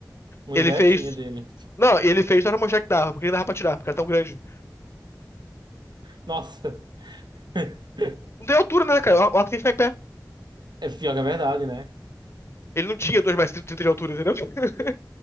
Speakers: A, on the right; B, on the left.
A: Uma
B: Ele
A: invejinha
B: fez.
A: dele.
B: Não, ele fez só pra mostrar que dava, porque ele dava pra tirar, porque era tão grande.
A: Nossa. <laughs>
B: Não tem altura, né, cara? O arco tem que ficar em pé.
A: É pior que a verdade, né?
B: Ele não tinha dois metros e trinta de altura, entendeu? <laughs>